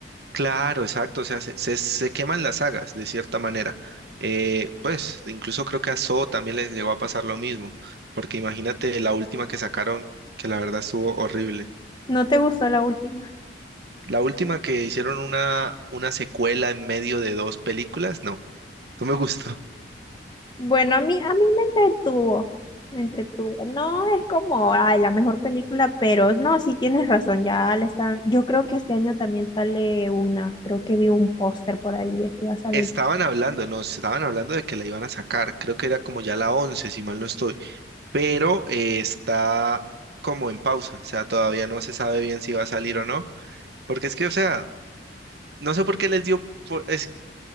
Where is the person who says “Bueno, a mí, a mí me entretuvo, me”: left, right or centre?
Left